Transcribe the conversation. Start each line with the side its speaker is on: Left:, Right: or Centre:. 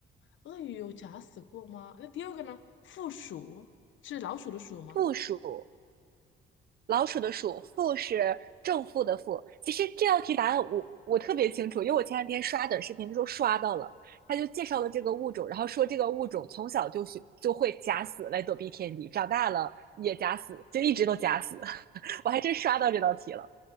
Left: 鳄鱼有假死过吗？那第二个呢？负鼠是老鼠的鼠吗？
Right: 负鼠。老鼠的鼠，负是正负的负。其实这道题答案我我特别清楚，因为我前两天刷短视频的时候刷到了，他就介绍了这个物种，然后说这个物种从小就学就会假死来躲避天敌，长大了也假死，就一直都假死。<laughs> 我还真刷到这道题了，